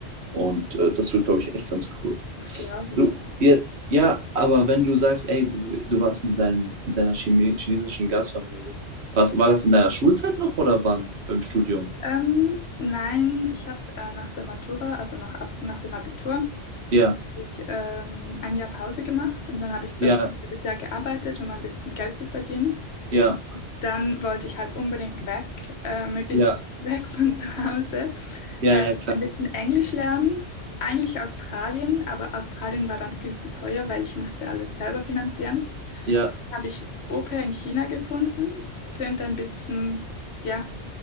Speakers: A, on the right (about 65°); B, on the left (about 65°).
A: Und äh, das wird, glaube ich, echt ganz cool.
B: das glaube
A: Du,
B: ich. Ja.
A: ja, ja, aber wenn du sagst, ey, du, du warst mit, dein, mit deiner Chime chinesischen Gastfamilie, was, war das in deiner Schulzeit noch oder wann? Beim Studium?
B: Ähm, nein, ich habe äh, nach der Matura, also nach, Ab- nach dem Abitur,
A: Ja,
B: ich, ähm, ein Jahr Pause gemacht und dann habe ich zuerst
A: ja,
B: ein halbes Jahr gearbeitet, um ein bisschen Geld zu verdienen.
A: ja,
B: Dann wollte ich halt unbedingt weg, äh, möglichst
A: ja,
B: <laughs> weit weg von zu Hause,
A: ja,
B: äh,
A: ja, klar.
B: ein bisschen Englisch lernen. Eigentlich Australien, aber Australien war dann viel zu teuer, weil ich musste alles selber finanzieren.
A: Ja,
B: Dann habe ich Au-pair in China gefunden. Tönt ein bisschen, ja.